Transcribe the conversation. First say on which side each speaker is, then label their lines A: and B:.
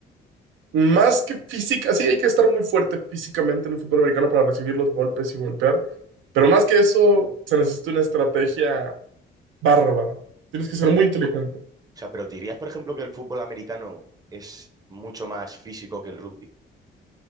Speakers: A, on the right (about 80°); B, on the right (about 20°).
A: más que física, sí hay que estar muy fuerte físicamente en el fútbol americano para recibir los golpes y golpear, pero más que eso se necesita una estrategia bárbara. Tienes que ser
B: Pero,
A: muy inteligente.
B: o sea, pero dirías, por ejemplo, que el fútbol americano es mucho más físico que el rugby.